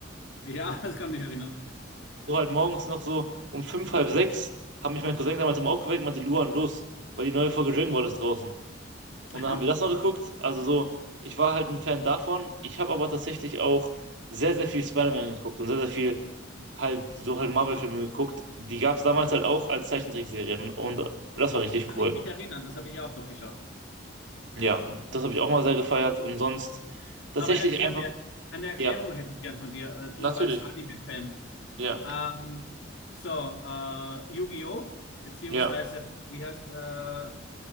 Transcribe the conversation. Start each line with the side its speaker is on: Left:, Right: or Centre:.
Left: ja, <laughs> das kann mich erinnern.
Right: so halt morgens noch so um fünf, halb sechs, haben mich mein Cousin damals immer aufgeweckt und meinte, Luan, los, weil die neue Folge Dragon Ball ist draußen.
Left: <laughs>
Right: Und dann haben wir das noch geguckt. Also so, ich war halt ein Fan davon. Ich habe aber tatsächlich auch sehr, sehr viel Spider-Man geguckt und sehr, sehr viel halt so halt Marvel-Filme geguckt. Die gab es damals halt auch als Zeichentrickserien und, und das war richtig
Left: Da kann
Right: cool.
Left: ich mich erinnern, das habe ich auch noch geschaut.
Right: Ja, das habe ich auch mal sehr gefeiert und sonst tatsächlich
Left: Aber erklär
Right: einfach,
Left: mir, eine Erklärung
Right: ja,
Left: hätte ich gern von dir, äh, du
Right: natürlich.
Left: als Anime-Fan.
Right: Ja,
Left: Ähm, so, äh, Yu-Gi-Oh! beziehungsweise,
Right: ja,
Left: wie heißt, äh,